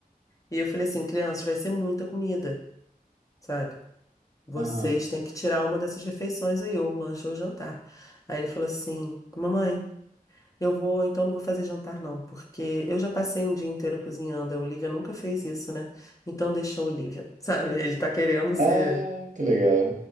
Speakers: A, on the left; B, on the right.
A: E eu falei assim, crianças, vai ser muita comida, sabe? Vocês
B: Aham.
A: têm que tirar uma dessas refeições aí, ou o lanche ou o jantar. Aí ele falou assim, mamãe. Eu vou, então não vou fazer jantar não, porque eu já passei um dia inteiro cozinhando. A Olivia nunca fez isso, né? Então deixa a Olivia, <laughs> sabe? Ele tá querendo ser
B: Ah, que legal.